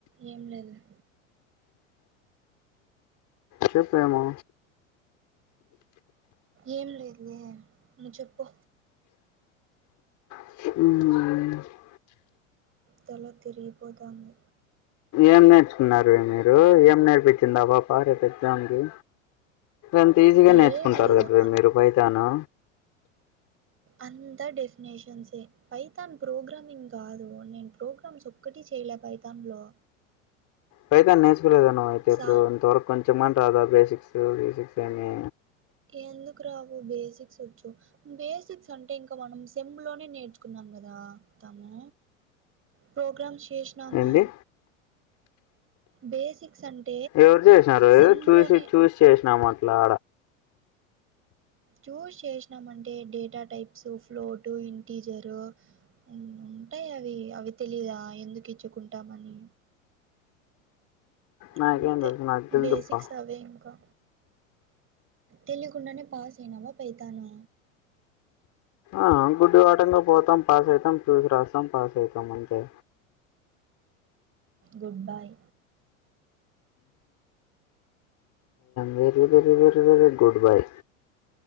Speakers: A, on the right; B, on the left.
A: ఏం లేదు లే
B: చెప్పేమో
A: ఏం లేదులే నువ్వు చెప్పు
B: ఉమ్
A: తలా తిరిగిపోతాంది
B: ఏం నేర్చుకున్నారు మీరు ఏం నేర్పించిందా పాప రేపు ఎగ్జామ్ కి ఎంత ఈజీగా నేర్చుకుంటారు
A: ఏం లేదు
B: కదా మీరు పైతాను
A: అంత డెఫినేషన్స్యె పైతాన్ ప్రోగ్రామింగ్ కాదు నేను ప్రోగ్రామ్స్ ఒక్కటి చేయలే పైతాన్ లో
B: పైతాన్ నేర్చుకోలేదా నువ్ అయితే ఇప్పుడు
A: సార్
B: ఇంతవరకు కొంచెంమని రాదా బేసిక్స్ బేసిక్స్ ఏమి
A: ఎందుకు రావు బేసిక్స్ వచ్చు బేసిక్స్ అంటే ఇంకా మనం సెమ్ లోనే నేర్చుకున్నాం కదా తాము ప్రోగ్రామ్స్ చేషినాము
B: ఏంది
A: బేసిక్స్ అంటే
B: ఎవరు చేసినారు ఏదో
A: సెమ్లోనే
B: చూసి చూసి చేసినాం అట్లా
A: చూస్ చేసినామ్ అంటే డేటా టైప్స్ ఫ్లోటు ఇంటీజరు ఊ ఉంటాయి అవి అవి తెలీదా ఎందుకు ఇచ్చుకుంటామని
B: నాకేం
A: అంతే
B: తెలుసు నాకు తెలియదుబ్బా
A: బేసిక్స్ అవే ఇంకా తెలియకుండానే పాస్ అయినావా పైతాను
B: ఆ గుడ్డి వాటంగా పోతాం పాస్ అయితాం చూసి రాస్తాం పాస్ అయితాం అంతే
A: good bye
B: very very very good bye